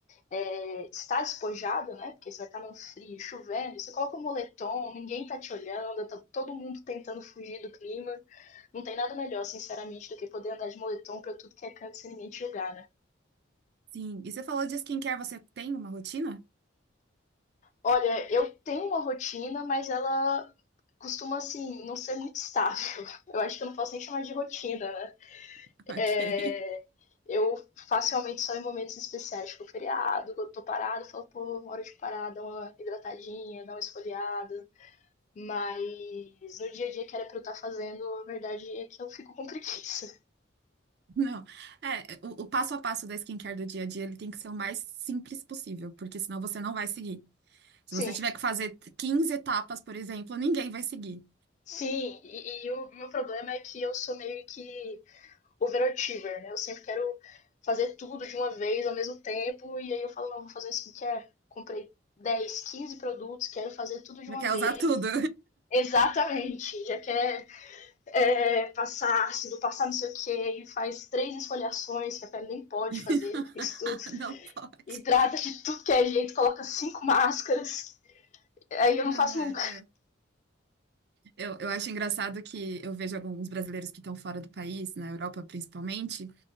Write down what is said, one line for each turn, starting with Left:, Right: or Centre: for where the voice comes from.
Left: é, estar despojado, né? Porque você vai estar num frio, chovendo, você coloca um moletom, ninguém tá te olhando, tá todo mundo tentando fugir do clima. Não tem nada melhor, sinceramente, do que poder andar de moletom pra tudo que é canto sem ninguém te julgar, né?
Right: Sim. E você falou de skincare, você tem uma rotina?
Left: Olha, eu tenho uma rotina, mas ela costuma, assim, não ser muito estável. <laughs> Eu acho que eu não posso nem chamar de rotina, né?
Right: <laughs> Ok.
Left: É, eu facilmente só em momentos especiais, tipo feriado, quando eu tô parado, eu falo, pô, uma hora de parar, dar uma hidratadinha, dar uma esfoliada. Mas no dia a dia que era pra eu estar fazendo, a verdade é que eu fico com preguiça. <laughs>
Right: Não, é, o, o passo a passo da skincare do dia a dia, ele tem que ser o mais simples possível, porque senão você não vai seguir. Se
Left: Sim,
Right: você tiver que fazer 15 etapas, por exemplo, ninguém vai seguir.
Left: sim, e, e o meu problema é que eu sou meio que overachiever, né? Eu sempre quero fazer tudo de uma vez ao mesmo tempo, e aí eu falo, não, vou fazer um skincare. Comprei 10, 15 produtos, quero fazer tudo de
Right: Já
Left: uma
Right: quer
Left: vez.
Right: usar tudo.
Left: Exatamente, já quer é, passar ácido, passar não sei o que, e faz três esfoliações, que a pele nem pode
Right: <laughs>
Left: fazer isso tudo.
Right: Não pode.
Left: Hidrata de tudo que é jeito, coloca cinco máscaras. Aí eu
Right: Não,
Left: não faço
Right: é,
Left: nunca.
Right: é. Eu, eu acho engraçado que eu vejo alguns brasileiros que estão fora do país, na Europa principalmente,